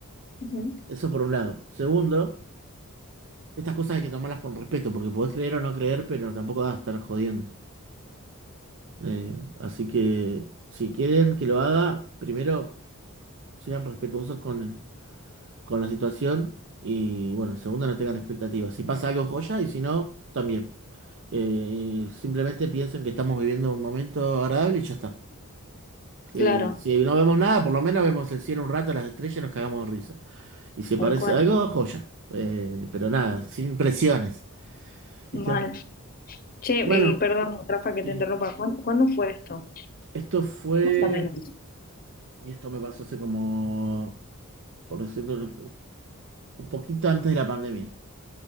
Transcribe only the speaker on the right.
Eso por un lado. Segundo, estas cosas hay que tomarlas con respeto, porque podés creer o no creer, pero tampoco vas a estar jodiendo. le digo. Así que si quieren que lo haga, primero sean respetuosos con, con la situación y bueno, segundo, no tengan expectativas. Si pasa algo, joya, y si no, también. Eh, simplemente piensen que estamos viviendo un momento agradable y ya está. Eh,
si no vemos nada, por lo menos vemos el cielo un rato, las estrellas y nos cagamos de risa. Y si
parece
algo, joya. Eh, pero nada, sin presiones. ¿Viste?
Bueno,
Sí.
esto fue,
y esto me pasó hace como, por decirlo, un poquito antes de la pandemia.